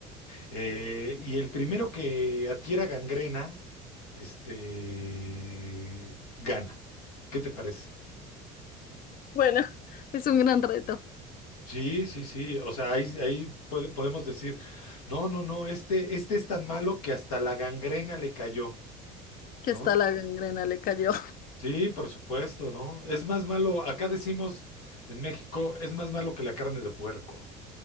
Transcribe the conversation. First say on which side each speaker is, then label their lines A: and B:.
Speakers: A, on the left (about 85°); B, on the left (about 50°).
A: eh, y el primero que adquiera gangrena, este, gana. ¿Qué te parece?
B: Bueno, <laughs> es un gran reto.
A: Sí, sí, sí. O sea, ahí, ahí puede- podemos decir, no, no, no, este, este es tan malo que hasta la gangrena le cayó,
B: que
A: ¿no?
B: hasta la gangrena le cayó.
A: Sí, por supuesto, ¿no? Es más malo, acá decimos en México, es más malo que la carne de puerco.